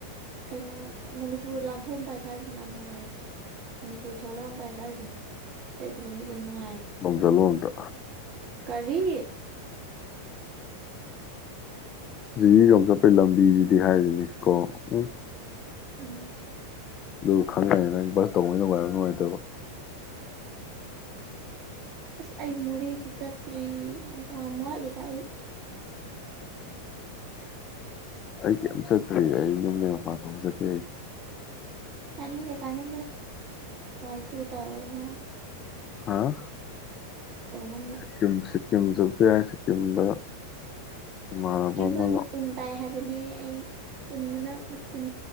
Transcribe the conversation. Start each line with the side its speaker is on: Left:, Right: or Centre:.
Right: ꯀꯩꯅꯣ ꯃꯅꯤꯄꯨꯔ ꯂꯥꯟ ꯊꯊꯣꯛꯑꯝꯗꯥꯏ ꯁꯥ꯭ꯔꯤꯁꯤꯅ ꯌꯥꯝ ꯅꯨꯡꯉꯥꯏꯔꯁꯦ ꯃꯅꯤꯄꯨꯔ ꯊꯣꯛꯂꯛꯑꯝꯗꯥꯏ ꯁꯥ꯭ꯔꯤꯁꯤꯅꯦ ꯑꯇꯩꯗꯤ ꯂꯝꯕꯤꯗ ꯅꯨꯡꯉꯥꯏꯗ
Left: ꯂꯣꯝ ꯆꯠꯂꯣ ꯑꯝꯇ
Right: ꯀꯔꯤ
Left: ꯖꯤꯒ ꯆꯠꯄꯩ ꯂꯝꯕꯤꯁꯤꯗꯤ ꯍꯥꯏꯔꯤꯅꯤ ꯀꯣ ꯎꯝ
Right: ꯑꯣ
Left: ꯑꯗꯨ ꯈꯪꯉꯅꯤ ꯅꯪ ꯕꯁ ꯇꯧꯕꯅ ꯋꯥꯏꯔ ꯅꯨꯡꯉꯥꯏꯇꯕ
Right: ꯑꯁ ꯑꯩ ꯃꯣꯔꯦꯁꯨ ꯆꯠꯇ꯭ꯔꯤ ꯌꯥꯝ ꯇꯣꯉ ꯃꯠꯂ ꯑꯩ
Left: ꯑꯩ ꯀꯩꯝ ꯆꯠꯇ꯭ꯔꯤ ꯑꯩ ꯌꯨꯝꯗꯒꯤ ꯃꯄꯥꯟ ꯊꯣꯛ ꯆꯠꯀꯦ ꯑꯩꯁꯦ
Right: ꯇꯥꯅꯤꯡꯗꯦ ꯇꯥꯅꯤꯡꯗꯦ ꯋꯥꯔ ꯇꯨ ꯇꯧꯔꯣ ꯃꯥꯅꯦ
Left: ꯍꯥꯥ
Right: ꯅꯪꯅ
Left: ꯁꯤꯀꯤꯝ ꯁꯤꯀꯤꯝ ꯁꯊꯌꯥꯏ ꯁꯤꯀꯤꯝꯗ ꯏꯃꯥꯟꯅꯕ
Right: ꯁꯤꯀꯤꯝꯗꯣ
Left: ꯑꯃ
Right: ꯎꯟ ꯇꯥꯏ ꯍꯥꯏꯕꯅꯦ ꯑꯩ ꯎꯟꯗꯨꯅ ꯎꯟ